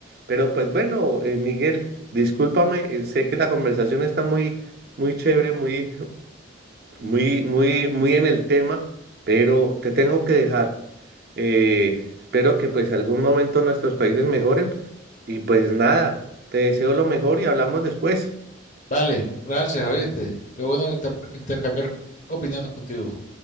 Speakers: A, on the right (about 50°); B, on the left (about 40°).
A: Pero pues bueno, eh, Miguel, discúlpame, eh, sé que la conversación está muy, muy chévere, muy, muy, muy, muy en el tema, pero te tengo que dejar. Eh, espero que pues algún momento nuestros países mejoren y pues nada, te deseo lo mejor y hablamos después.
B: Vale, gracias, ¿oíste? Qué bueno inter- intercambiar opiniones contigo.